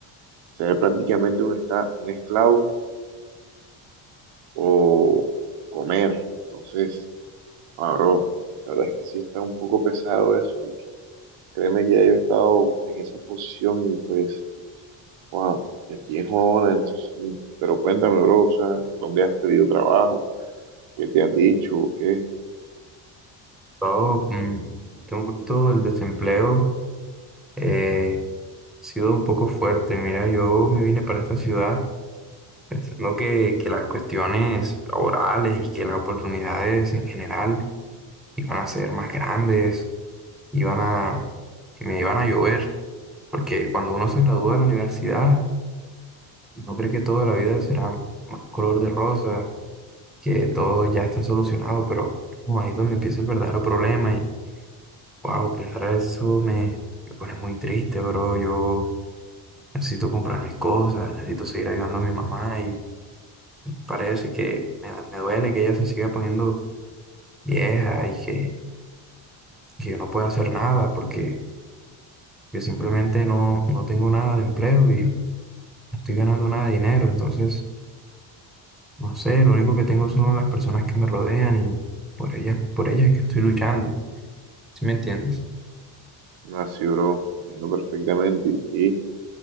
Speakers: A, on the right (about 80°); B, in the centre.
A: ser prácticamente un, esta- un esclavo o comer. Entonces, ahora, la verdad es que sí está un poco pesado eso. Créeme que ya yo he estado en esa posición y pues, wow, es bien jodona, entonces. Pero cuéntame, bro, o sea, ¿dónde has pedido trabajo? ¿Qué te han dicho? o ¿Qué?
B: Yo, mm, en este momento el desempleo eh, ha sido un poco fuerte. Mira, yo me vine para esta ciudad pensando que, que las cuestiones laborales y que las oportunidades en general iban a ser más grandes, iban a, me iban a llover, porque cuando uno se gradúa de la universidad, no cree que toda la vida será más color de rosa que todo ya está solucionado, pero uh, ahí es donde empieza el verdadero problema y wow, pensar eso me, me pone muy triste, bro. Yo necesito comprar mis cosas, necesito seguir ayudando a mi mamá y parece que me, da- me duele que ella se siga poniendo vieja y que, que yo no pueda hacer nada porque yo simplemente no, no tengo nada de empleo y no estoy ganando nada de dinero, entonces no sé, lo único que tengo son las personas que me rodean y por ellas, por ellas es que estoy luchando, ¿sí me entiendes?
A: No, así, bro, entiendo perfectamente. Y sí,